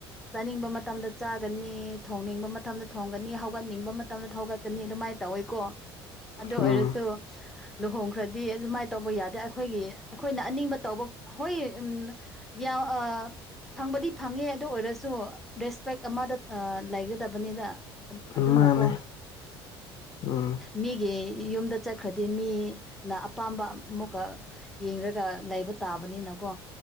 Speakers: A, in the centre; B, on the left (about 35°).
A: ꯆꯥꯅꯤꯡꯕ ꯃꯇꯝꯗ ꯆꯥꯒꯅꯤ ꯊꯣꯡꯅꯤꯡꯕ ꯃꯇꯝꯗ ꯊꯣꯡꯒꯅꯤ ꯍꯧꯒꯠꯅꯤꯡꯕ ꯃꯇꯝꯗ ꯍꯧꯒꯠ ꯅꯤ ꯑꯗꯨꯃꯥꯏꯅ ꯇꯧꯋꯤꯀꯣ ꯑꯗꯨ ꯑꯣꯏꯔꯁꯨ
B: ꯎꯝ
A: ꯂꯨꯍꯣꯡꯈ꯭ꯔꯗꯤ ꯑꯗꯨꯃꯥꯏꯅ ꯇꯧꯕ ꯌꯥꯗꯦ ꯑꯩꯈꯣꯏꯒꯤ ꯑꯩꯈꯣꯏꯅ ꯑꯅꯤꯡꯕ ꯇꯧꯕ ꯍꯣꯏ ꯎꯝ ꯌꯥꯎ ꯑꯥ ꯐꯪꯕꯗꯤ ꯐꯪꯉꯦ ꯑꯗꯨ ꯑꯣꯏꯔꯁꯨ ꯔꯦꯁꯄꯦꯛ ꯑꯃꯗ ꯑꯥ ꯂꯩꯒꯗꯕꯅꯤꯅ ꯑꯗꯨꯅꯀꯣ
B: ꯃꯥꯅꯦ ꯎꯝ
A: ꯃꯤꯒꯤ ꯌꯨꯝꯗ ꯆꯠꯈ꯭ꯔꯗꯤ ꯃꯤꯅ ꯑꯄꯥꯝꯕ ꯑꯃꯨꯛꯀ ꯌꯦꯡꯒ ꯂꯩꯕ ꯇꯥꯕꯅꯤꯅꯀꯣ